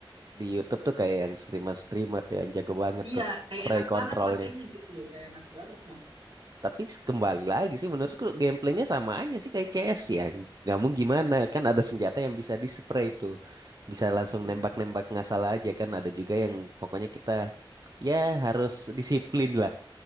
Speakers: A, on the right (about 45°); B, on the right (about 75°).
A: di YouTube tuh kayak yang streamer-streamer tuh yang jago banget
B: Iya,
A: tuh.
B: kayak
A: Spray
B: enak
A: controlnya.
B: banget makanya gitu, kayak enak banget mah.
A: Tapi s- kembali lagi sih menurutku gameplaynya sama aja sih kayak CS ya. Nggak mau gimana kan ada senjata yang bisa di spray itu. Bisa langsung
B: Mm-mm.
A: nembak-nembak nggak salah aja kan. Ada juga yang pokoknya kita ya harus disiplin lah